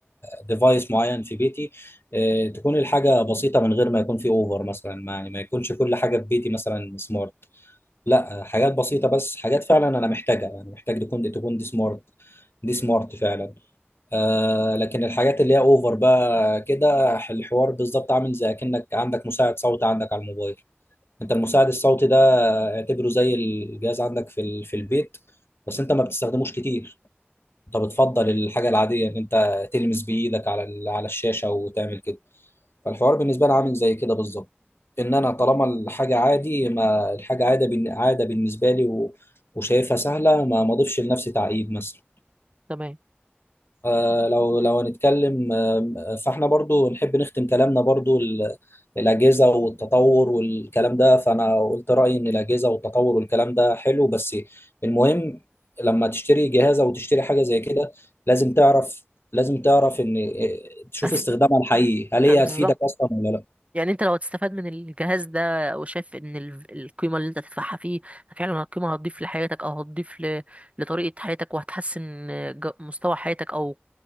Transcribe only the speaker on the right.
تمام
بس
بالظبط
يعني انت لو هتستفاد من الجهاز ده وشايف ان ال- القيمه اللي انت تدفعها فيه فعلا القيمه هتضيف لحياتك او هتضيف ل- لطريقه حياتك وهتحسن ج- مستوى حياتك او